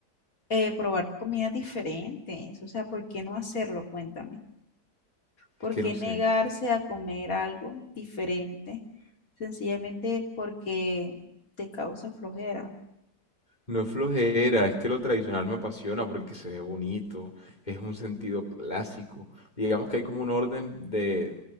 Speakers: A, on the left; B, on the left.
A: eh, probar comidas diferentes. O sea, ¿por qué no hacerlo? Cuéntame. ¿Por
B: Es que
A: qué
B: no sé.
A: negarse a comer algo diferente? Sencillamente porque te causa flojera.
B: No es flojera, es que lo tradicional me apasiona porque se ve bonito, es un sentido clásico. Digamos que hay como un orden de,